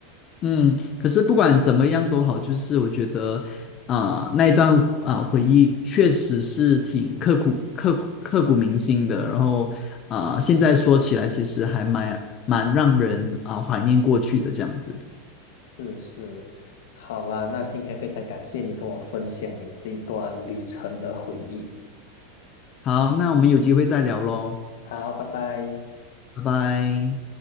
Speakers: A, on the left (about 20°); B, on the left (about 60°).
A: 嗯，可是不管怎么样都好，就是我觉得，啊、那一段啊、呃回忆确实是挺刻骨、刻骨、刻骨铭心的。然后啊、呃现在说起来，其实还蛮蛮让人啊、怀念过去的这样子。
B: 是是，好啦，那今天非常感谢你跟我分享你这一段旅程的回忆。
A: 好，那我们有机会再聊喽，
B: 好，拜拜。
A: 拜拜。